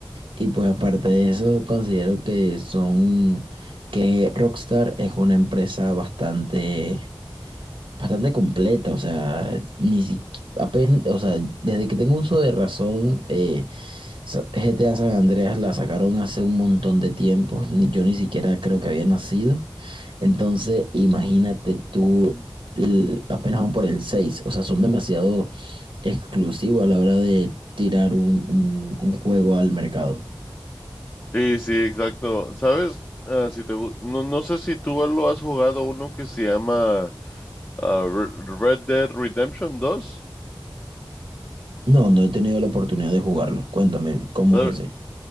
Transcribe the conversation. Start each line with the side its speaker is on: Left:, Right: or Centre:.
Right: Y pues aparte de eso, considero que son, que Rockstar es una empresa bastante bastante completa, o sea, ni apenas, o sea, desde que tengo uso de razón, eh, sa- GTA San Andreas la sacaron hace un montón de tiempo, ni- yo ni siquiera creo que había nacido, entonces imagínate tú, l- apenas van por el 6, o sea, son demasiado exclusivos a la hora de tirar un, un un juego al mercado.
Left: Sí, sí, exacto. ¿Sabes? Ah, si te, gu- no, no sé si tú lo has jugado uno que se llama ah, Re- Red Dead Redemption dos.
Right: No, no he tenido la oportunidad de jugarlo, cuéntame, ¿cómo
Left: ¿Sabe?
Right: es ese?